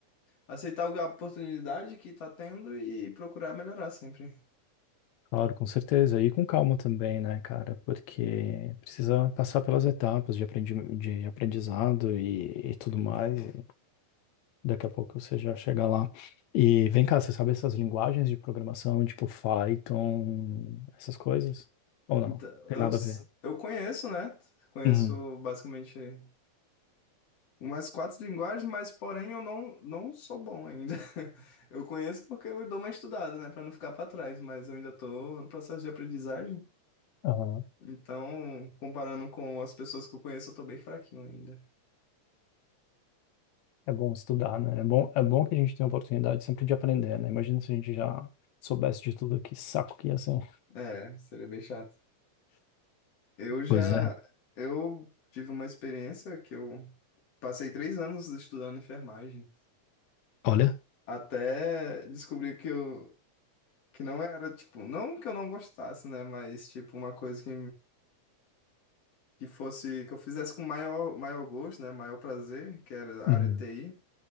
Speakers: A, on the left; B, on the left.
A: aceitar a oportunidade que tá tendo e procurar melhorar sempre.
B: Claro, com certeza. E com calma também, né, cara? Porque precisa passar pelas etapas de aprendi de aprendizado e, e tudo mais. E daqui a pouco você já chega lá. E vem cá, você sabe essas linguagens de programação, tipo Python, essas coisas? Ou
A: Então,
B: não? Tem
A: eu,
B: nada
A: s-
B: a ver.
A: eu conheço, né? Conheço
B: Uhum.
A: basicamente umas quatro linguagens, mas porém eu não, não sou bom ainda. <laughs> Eu conheço porque eu dou uma estudada, né? Pra não ficar pra trás, mas eu ainda tô no processo de aprendizagem.
B: Aham.
A: Então, comparando com as pessoas que eu conheço, eu tô bem fraquinho ainda.
B: É bom estudar, né? É bom, é bom que a gente tenha oportunidade sempre de aprender, né? Imagina se a gente já soubesse de tudo, que saco que ia ser.
A: É, seria bem chato. Eu já,
B: Pois é.
A: eu tive uma experiência que eu Passei três anos estudando enfermagem.
B: Olha.
A: Até descobri que eu que não era, tipo, não que eu não gostasse, né? Mas, tipo, uma coisa que, que fosse, que eu fizesse com maior, maior gosto, né? Maior prazer, que era a
B: Uhum.
A: área de TI.